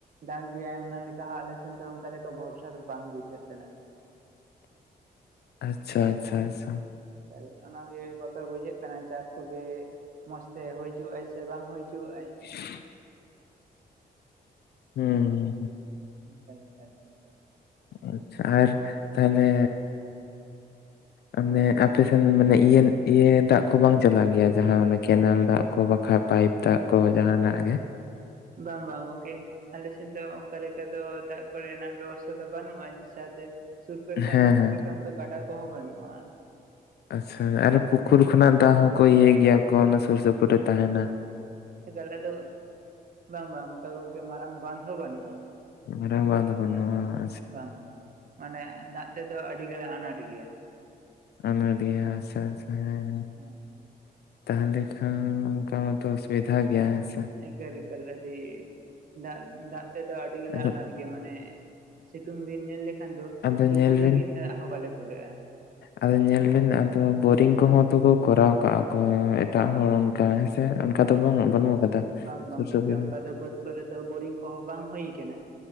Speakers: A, on the right; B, on the left.
A: ᱫᱟᱜ ᱜᱮᱭᱟᱭ ᱚᱱᱟ ᱞᱮᱠᱟ ᱦᱚᱸ ᱟᱞᱮ ᱥᱮᱱ ᱫᱚ ᱚᱱᱠᱟ ᱞᱮᱠᱟ ᱵᱷᱚᱨᱥᱟ ᱵᱟᱝ ᱵᱩᱡᱷᱟᱹᱜ ᱠᱟᱱᱟ᱾
B: ᱟᱪᱪᱷᱟ ᱟᱪᱪᱷᱟ ᱟᱪᱪᱷᱟ᱾
A: ᱛᱟᱞ ᱚᱱᱟᱜᱮ ᱵᱚᱛᱚᱨ ᱵᱩᱡᱷᱟᱹᱜ ᱠᱟᱱᱟ ᱪᱟᱥ ᱠᱚᱜᱮ ᱢᱚᱸᱡᱽᱛᱮ ᱦᱳᱭᱪᱚᱣᱟᱜ-ᱟᱭ ᱥᱮ ᱵᱟᱝ ᱦᱳᱭᱪᱚᱣᱟᱜ-ᱟᱭ?
B: <unintelligible> ᱦᱩᱸᱻ
A: ᱮᱠᱟᱞ ᱮᱠᱟᱞ ᱜᱚᱢᱠᱮ᱾
B: ᱟᱪᱪᱷᱟ ᱟᱨ ᱛᱟᱦᱞᱮ ᱟᱱᱮ ᱟᱯᱮᱥᱮᱱ ᱢᱟᱱᱮ ᱤᱭᱟᱹ ᱤᱭᱟᱹ ᱫᱟᱜ ᱠᱚ ᱵᱟᱝ ᱪᱟᱞᱟᱜ ᱜᱮᱭᱟ ᱡᱟᱦᱟᱸ ᱚᱱᱟ ᱠᱮᱱᱮᱞ ᱫᱟᱜ ᱠᱚ ᱵᱟᱠᱷᱟᱡ ᱯᱟᱭᱤᱯ ᱫᱟᱜ ᱠᱚ ᱡᱟᱦᱟᱸᱱᱟᱜ ᱜᱮ?
A: ᱵᱟᱝ ᱵᱟᱝ ᱜᱚᱝᱠᱮ ᱟᱞᱮ ᱥᱮᱫ ᱫᱚ ᱚᱱᱠᱟ ᱞᱮᱠᱟ ᱫᱚ ᱫᱟᱜ ᱠᱚᱨᱮᱱᱟᱜ ᱵᱮᱵᱚᱥᱛᱷᱟ ᱫᱚ ᱵᱟᱹᱱᱩᱜ-ᱟ ᱥᱟᱶᱛᱮ ᱥᱩᱨ ᱠᱚᱨᱮ ᱫᱚ
B: ᱦᱮᱸ
A: ᱟᱞᱮ ᱥᱩᱨ
B: ᱦᱮᱸ
A: ᱠᱚᱨᱮ ᱫᱚ ᱚᱱᱠᱟ ᱜᱟᱰᱟ ᱠᱚᱦᱚᱸ ᱵᱟᱹᱱᱩᱜ-ᱟ᱾
B: ᱟᱪᱪᱷᱟ ᱟᱨ ᱯᱩᱠᱩᱨ ᱠᱷᱚᱱᱟᱜ ᱫᱟᱜ ᱦᱚᱸᱠᱚ ᱤᱭᱟᱹᱭ ᱜᱮᱭᱟ ᱠᱚ ᱚᱱᱟ ᱥᱩᱨ ᱥᱩᱯᱩᱨ ᱨᱮ ᱛᱟᱦᱮᱸᱱᱟ᱾
A: ᱛᱟᱦᱚᱞᱮ ᱫᱚ, ᱵᱟᱝ ᱵᱟᱝ ᱚᱱᱠᱟ ᱜᱚᱝᱠᱮ ᱢᱟᱨᱟᱝ ᱵᱟᱸᱫᱷ ᱦᱚᱸ ᱵᱟᱹᱱᱩᱜ-ᱟ᱾
B: ᱢᱟᱨᱟᱝ ᱵᱟᱸᱫᱷ ᱦᱚᱸ ᱵᱟᱹᱱᱩᱜᱱ-ᱟ ᱵᱟᱝ?
A: ᱵᱟᱝ ᱵᱟᱝ ᱢᱟᱱᱮ ᱫᱟᱜ ᱛᱮᱫᱚ ᱟᱹᱰᱤ ᱜᱮᱞᱮ ᱟᱱᱟᱴ ᱜᱮᱭᱟ᱾
B: ᱚᱱᱟᱴ ᱜᱮᱭᱟ ᱟᱪᱪᱷᱟ ᱟᱪᱪᱷᱟ ᱦᱮᱸ ᱦᱮᱸ᱾
A: ᱦᱳᱭ,
B: ᱛᱟᱦᱚᱞᱮ ᱠᱷᱟᱱ ᱚᱱᱠᱟ ᱚᱥᱩᱵᱤᱫᱷᱟ ᱜᱮᱭᱟ ᱦᱮᱸ ᱥᱮ?
A: ᱮᱠᱟᱞ ᱮᱠᱟᱞ ᱟᱹᱰᱤ ᱫᱟᱜ ᱫᱟᱜ ᱛᱮᱫᱚ ᱟᱹᱰᱤ ᱜᱮᱞᱮ
B: ᱟᱫᱚ
A: ᱟᱱᱟᱴ ᱜᱮᱭᱟ᱾ ᱢᱟᱱᱮ ᱥᱤᱛᱩᱝ ᱫᱤᱱ ᱧᱮᱞ ᱞᱮᱠᱷᱟᱱ ᱫᱚ
B: ᱟᱫᱚ
A: ᱛᱩᱯᱩᱱ
B: ᱧᱮᱞ
A: ᱞᱟᱹᱜᱤᱫ
B: ᱵᱤᱱ
A: ᱫᱟᱜ ᱦᱚᱸ ᱵᱟᱞᱮ ᱠᱩᱞᱟᱹᱜ-ᱟ᱾
B: ᱟᱫᱚ ᱧᱮᱞ ᱵᱤᱱ ᱟᱫᱚ ᱵᱳᱨᱤᱝ ᱠᱚᱦᱚᱸ ᱛᱚᱠᱚ ᱠᱚᱨᱟᱣ ᱠᱟᱜ-ᱟ ᱠᱚ ᱮᱴᱟᱜ ᱦᱚᱲ, ᱚᱱᱠᱟ ᱦᱮᱸᱥᱮ ᱚᱱᱠᱟ ᱫᱚ ᱵᱟᱝ
A: ᱦᱳᱭ
B: ᱵᱟᱹᱱᱩᱜ
A: ᱦᱳᱭ
B: ᱟᱠᱟᱫᱟ᱾
A: ᱵᱟᱝ ᱵᱟᱝ
B: ᱥᱩᱨ
A: ᱜᱚᱝᱠᱮ
B: ᱥᱩᱯᱩᱨ
A: ᱚᱱᱠᱟ
B: ᱨᱮ
A: ᱫᱚ ᱵᱟᱹᱫᱽ ᱠᱚᱨᱮ ᱫᱚ ᱵᱳᱨᱤᱝ ᱠᱚᱦᱚᱸ ᱵᱟᱝ ᱦᱩᱭ ᱟᱠᱟᱱᱟ,